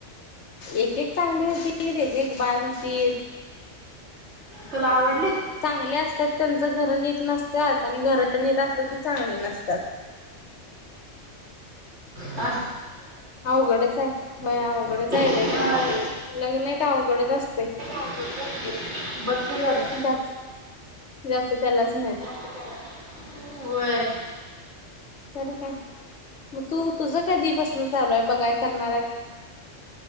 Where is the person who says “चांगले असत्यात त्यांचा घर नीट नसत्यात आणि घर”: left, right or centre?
Left